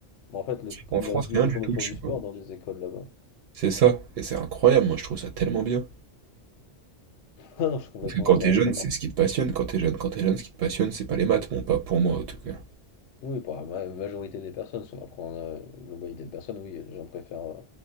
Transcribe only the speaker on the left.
Bon, en fait, le-
la
vie
tourne
autour
du sport
dans les écoles là-bas.
<laughs> Ah non, je suis complètement
d'accord
avec
toi.
Par
Oui, pour la ma- majorité des personnes, si on va prendre euh, une globalité de personnes, oui, les gens préfèrent, euh,